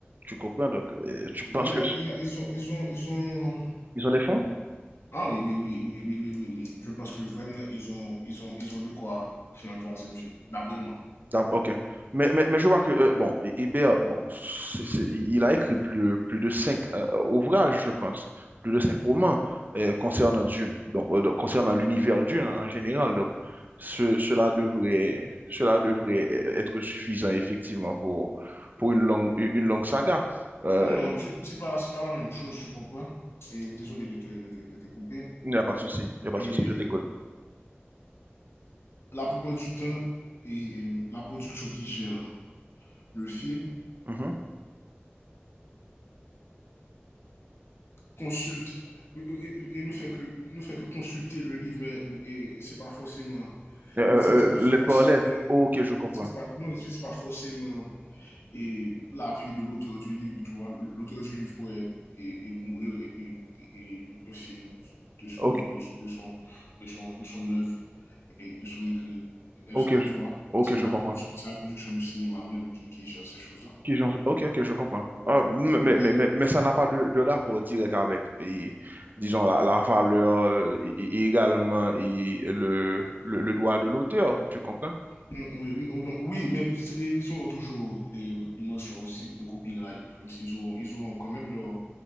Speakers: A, on the right (about 45°); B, on the left (about 75°).
A: Tu comprends? Donc, euh, tu
B: Non,
A: penses que c-
B: il a- ils ont, ils ont, ils ont.
A: ils ont les fonds?
B: Ah oui, oui, oui, oui, oui, oui, oui, oui. Je pense que vraiment, ils ont, ils ont, ils ont de quoi faire un troisième film, d'après moi.
A: D'ac- Ok. Mais, mais, mais je vois que, euh, bon, I- Ibea, bon, c'est- c'est- il a écrit plus, plus de cinq euh, ouvrages, je pense, plus de cinq romans euh, concernant Dune, donc, euh, donc, concernant l'univers Dune en, en général. Donc, ce- cela devrait, cela devrait être suffisant, effectivement, pour, pour une longue, une longue saga. Euh,
B: Non, je- c'est pas, c'est pas la même chose, tu comprends? Et désolé de te, de te- de te couper.
A: il n'y a pas de souci, il n'y a pas
B: Et
A: de souci, je t'écoute.
B: la plupart du temps, et la production qui gère le film
A: Mhm.
B: consulte et, et, et ne, fait que, ne fait que consulter le livre, mais et, et c'est pas forcément,
A: Euh, euh,
B: il n'utilise pas
A: euh,
B: forcément,
A: lettre par lettre, ok, je comprends.
B: pas, non, il pas forcément et l'appui de l'auteur du livre, tu vois. L'auteur du livre pourrait et, et mourir et puis et, un film de, de,
A: Ok,
B: de, de, son, de, son, de son œuvre et de son écrit est
A: ok,
B: fait,
A: je-
B: tu vois.
A: ok,
B: C'est
A: je
B: la,
A: comprends.
B: c'est la, production de cinéma même qui, qui gère ces choses-là.
A: Qui j'en- Ok, ok, je comprends.
B: Bon,
A: Ah, mais, mais,
B: Eh,
A: mais, mais ça n'a pas de, de rapport direct avec, et, disons, la, la valeur euh, et, et également et le, le, le droit de l'auteur, tu comprends?
B: Oui, non, oui, mais c'est- ils auront toujours eh, une mention aussi de copyright, comme s'ils ont ils ont quand même leur,